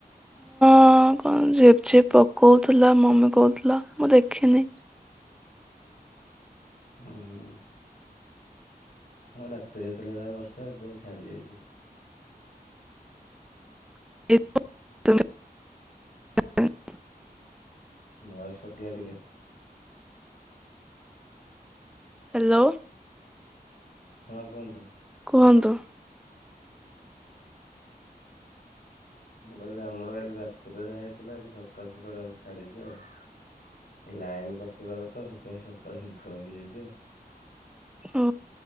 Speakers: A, in the centre; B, on the left.
A: ହଁ କଣ ଝିପଝିପ୍ ପକଉଥିଲା ମମି କହୁଥିଲା ମୁଁ ଦେଖିନି
B: ହୁଁ ହୁଁ। ହଁ ରାତିରେ ହେଇଥିଲା ଯାହା ବର୍ଷ, ଏବେ ଛାଡି ଯାଇଛି।
A: <inaudible>
B: ଭଏସ୍ କାଟିଲା ଟିକେ।
A: ହ୍ୟାଲୋ।
B: ହଁ କୁହନ୍ତୁ।
A: କୁହନ୍ତୁ?
B: ମୁଁ କହିଲି, ଆମର କାଲି ରାତିରେ ଯାହା ହେଇଥିଲା, ଏବେ ସକାଳୁ ସକାଳୁ ଛାଡିଛି ଆଉ। ଲାଇନ କଟିଗଲା ତ, ସେଥିପାଇଁ ସକାଳୁ ନିଦ ଭାଙ୍ଗି ଯାଇ ଥିବ ।
A: ଓ,